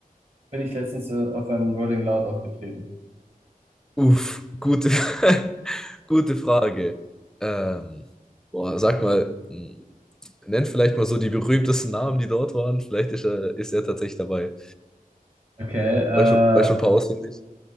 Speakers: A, on the right; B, in the centre.
A: bin ich letztens äh, auf einem Rolling Loud aufgetreten.
B: Uff, gute, <laughs> gute Frage. Ähm, boah, sag mal, m, nenn vielleicht mal so die berühmtesten Namen, die dort waren. Vielleicht ist er, ist er tatsächlich dabei.
A: Okay, äh,
B: Weißt du, weißt du ein paar auswendig?